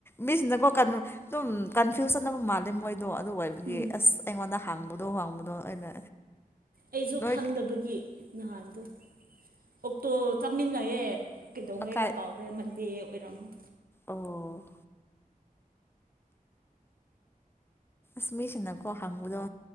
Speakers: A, on the left; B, on the right.
A: ꯃꯤꯁꯤꯅꯀꯣ ꯀꯩꯅꯨ ꯑꯗꯨꯝ ꯀꯟꯐꯤꯨꯁꯟ ꯑꯃ ꯃꯥꯦ ꯃꯣꯏ ꯑꯣ ꯑꯗꯨ ꯑꯣꯏꯕꯒꯤ
B: ꯎꯝ
A: ꯑꯁ ꯑꯩꯉꯣꯟꯗ ꯍꯥꯡꯕꯗꯣ ꯋꯥꯥꯡꯕꯗꯣ ꯑꯩꯅ
B: ꯑꯩꯁꯨ
A: ꯅꯣꯏ
B: ꯈꯪꯗꯕꯒꯤ ꯅꯍꯥꯟꯗꯣ ꯑꯣ ꯇꯣ ꯆꯃꯤꯟꯅꯌꯦꯦ ꯀꯩꯗꯧꯉꯩꯔ
A: ꯑꯀꯥꯏ
B: ꯀꯥꯎꯔꯦꯟ ꯗ ꯑꯣꯏꯔꯝꯃꯤ
A: ꯑꯣ ꯁꯨꯃꯤꯁꯀꯣ ꯍꯪꯕꯨꯗꯣ